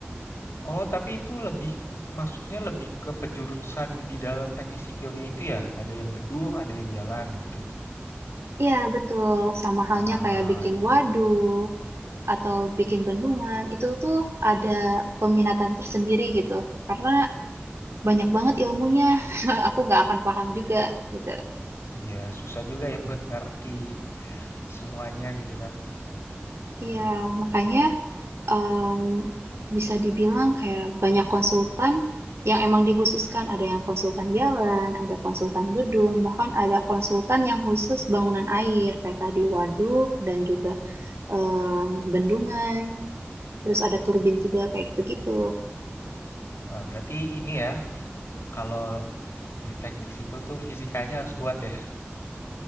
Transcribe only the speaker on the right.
Iya, betul. Sama halnya
kayak bikin
waduk,
atau bikin bendungan itu tuh ada peminatan tersendiri gitu karena banyak banget ilmunya <laughs> aku nggak akan paham juga gitu
Iya
makanya em, bisa dibilang kayak banyak konsultan yang emang dikhususkan ada yang konsultan jalan ada konsultan gedung bahkan ada konsultan yang khusus bangunan air kayak tadi waduk dan juga em, bendungan terus ada turbin juga kayak gitu-gitu